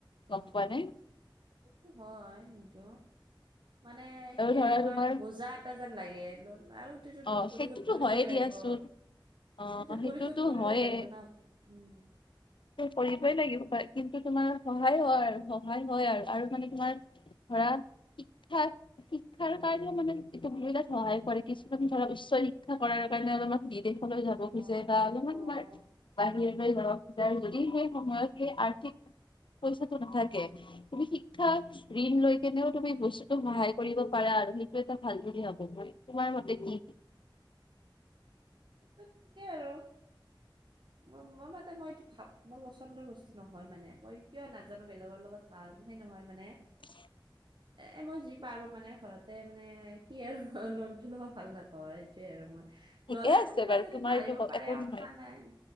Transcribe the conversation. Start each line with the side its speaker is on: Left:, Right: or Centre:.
Right: আহ
Left: গম পোৱা
Right: সেই
Left: নে
Right: সেইটো হয় কিন্তু। মানে কি
Left: ধৰা
Right: আৰু মই
Left: তোমাৰ
Right: আৰু বজা এটা যেন লাগে লোণ আৰু
Left: অ
Right: পৰিশোধ
Left: সেইটোতো
Right: কৰিবই
Left: হয়ে
Right: লাগিব।
Left: দিয়াচোন অ
Right: এইটো
Left: সেইটোতো
Right: পৰিশোধ কৰিবই
Left: হয়ে
Right: লাগিব ন উম।
Left: কৰিবই লাগিব তই। কিন্তু তোমাৰ সহায় হয় আৰু সহায় হয় আৰু আৰু মানে তোমাৰ ধৰা ঠিকঠাক শিক্ষাৰ কাৰণে মানে এইটোবিলাত সহায় কৰে, কিছুমান ধৰা উচ্চ শিক্ষা কৰাৰ কাৰণে অলপমান বিদেশলৈ যাব
Right: অ',
Left: খুজে বা অলপমান
Right: অ'।
Left: তোমাৰ বা হিৰলৈ যাব খোজে যদি সেই সময়ত সেই আৰ্থিক পইচাটো নাথাকে, তুমি শিক্ষা ঋণ লৈ কেনেও তুমি বস্তুতো সহায় কৰিব পাৰা আৰু সেইটো এটা ভাল বুলি ভাবো মই। তোমাৰ মতে কি?
Right: তাকেই আৰু। মোৰ মই মতে মই এইটো ভাব মোৰ পচন্দৰ বস্তু নহয় মানে, মই কিয় নাজানো বেলেগৰ লগত- বাৰ সে নহয় মানে
Left: <unintelligible>
Right: এ মই যি পাৰো মানে ঘৰতে মানে কি আৰু লোনটো লব ভাল নাপাওঁ আৰু এইটোৱে আৰু মই।
Left: ঠিকে
Right: ল'লে
Left: আছে
Right: কোনোবাই
Left: বাৰু
Right: যদি
Left: তোমাৰ
Right: মাৰিব
Left: এইটো
Right: পাৰে
Left: একো
Right: কথা
Left: নহয়
Right: নাই।